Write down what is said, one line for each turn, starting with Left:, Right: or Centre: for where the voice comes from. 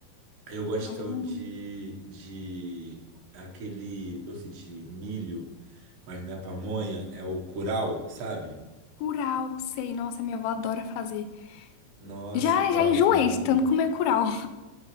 Right: Eu gosto
Left: Amo. muito.
Right: de, de aquele doce de milho, mas não é pamonha, é o curau, sabe?
Left: Curau, sei. Nossa, minha avó adora fazer.
Right: Nossa,
Left: Já,
Right: curau
Left: já enjoei
Right: de milho.
Left: de tanto comer curau.